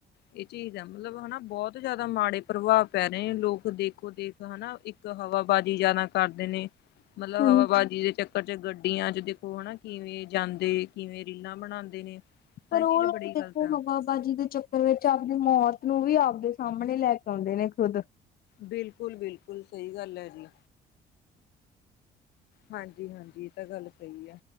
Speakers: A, on the left; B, on the left.
A: ਇਹ ਚੀਜ਼ ਹੈ ਮਤਲਬ ਹਨਾ ਬਹੁਤ ਜ਼ਿਆਦਾ ਮਾੜੇ ਪ੍ਰਭਾਵ ਪੈ ਰਹੇ ਨੇ ਲੋਕ ਦੇਖੋ ਦੇਖ ਹਨਾ ਇੱਕ ਹਵਾਬਾਜ਼ੀ ਜਿਆਦਾ ਕਰਦੇ ਨੇ ਮਤਲਬ
B: ਹਾਂਜੀ-ਹਾਂਜੀ।
A: ਹਵਾਬਾਜ਼ੀ ਦੇ ਚੱਕਰ ਬੱਚੇ ਗੱਡੀਆਂ ਚ ਦੇਖੋ ਹਨਾ ਕਿਵੇਂ ਜਾਂਦੇ ਕਿਵੇਂ ਰੀਲਾਂ ਬਣਾਉਂਦੇ ਨੇ। ਤਾਂ
B: ਪਰ
A: ਇਹ ਚੀਜ਼
B: ਉਹ ਲੋਕ
A: ਬੜੀ
B: ਦੇਖੋ
A: ਗ਼ਲਤ ਆ
B: ਹਨਾਂ ਹਵਾ ਬਾਜੀ ਦੇ ਚੱਕਰ ਵਿੱਚ ਆਪਦੀ ਮੌਤ ਨੂੰ ਵੀ ਆਪਦੇ ਸਾਹਮਣੇ ਲੈ ਕੇ ਆਉਂਦੇ ਨੇ ਖੁਦ।
A: ਬਿਲਕੁਲ ਬਿਲਕੁਲ ਸਹੀ ਗੱਲ ਹੈ ਅ ਜੀ ਹਾਂਜੀ ਹਾਂਜੀ ਇਹ ਤਾਂ ਗੱਲ ਸਹੀ ਆ